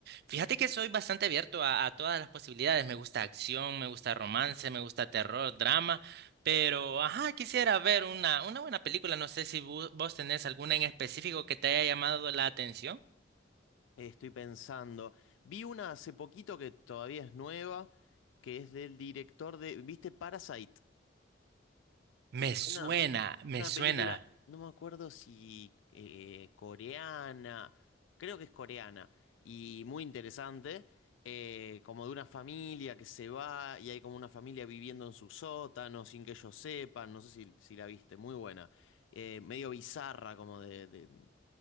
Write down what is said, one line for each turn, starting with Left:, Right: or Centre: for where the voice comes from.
Right: Fíjate que soy bastante abierto a, a todas las posibilidades. Me gusta acción, me gusta romance, me gusta terror, drama, pero ajá, quisiera ver una, una buena película. No sé si vo- vos tenés alguna en específico que te haya llamado la atención.
Left: Eh, Estoy pensando. Vi una hace poquito que todavía es nueva, que es del director de, ¿viste Parasite?
Right: Me
Left: ¿Te suena?
Right: suena, me
Left: Una
Right: suena.
Left: película, no me acuerdo si eh, coreana, creo que es coreana, y muy interesante, eh, como de una familia que se va y hay como una familia viviendo en su sótano sin que ellos sepan, no sé si, si la viste, muy buena, Eh, medio bizarra, como de, de-